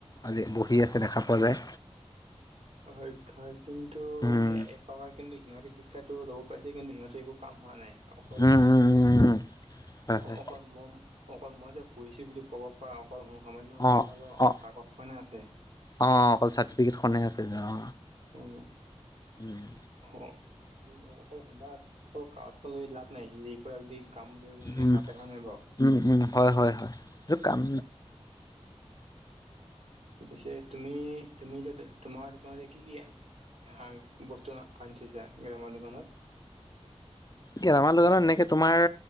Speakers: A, on the left; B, on the right.
A: আজি বহি আছে দেখা পোৱা যায়।
B: হয় হয় হয় কিন্তু
A: উম
B: এ হয় কিন্তু সিহঁতে শিক্ষাটো ল'ব পাইছে, কিন্তু সিহঁতে একো কাম হোৱা নাই। অকল
A: উম উম উম উম হয়
B: অ
A: হয়
B: অকল মম অকল মই যে পঢ়িছো বুলি ক'ব পৰা অকল সামান্য
A: অ
B: অকল
A: অ
B: কাগজ এখনেহে আছে।
A: অ অকল চাৰ্টিফিকেট খনেই আছে যে অ।
B: উম।
A: উম।
B: অ অকল সদা অকল কাজখন লৈ লাভ নাই, কৰা যদি কামত যদি নেখাতে
A: উম
B: হয় নে নহয় বাৰু?
A: উম উম হয়-হয়-হয় কাম
B: পিছে তুমি তুমি তোমাৰ দোকানতে কি কি হা বস্তু আনি থৈছা গেলামাল দোকানত?
A: গেলামাল দোকানত এনেকে তোমাৰ,